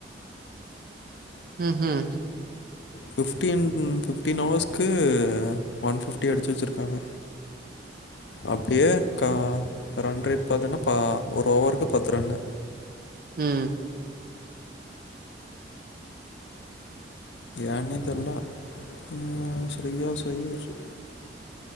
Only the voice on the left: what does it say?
ஃபிஃப்டீன் ஃபிஃப்டீன் ஓவர்ஸ்க்கு ஒன் ஃபிஃப்டி அடிச்சி வச்சுருக்காங்க அப்பிடியே கா ரன்ரேட் பாத்தேன்னா பா ஒரு ஓவருக்கு பத்து ரன்னு
ஏனே தெர்ல ஆ ஷ்ரயா ஷ்ராயாஸ்ஸு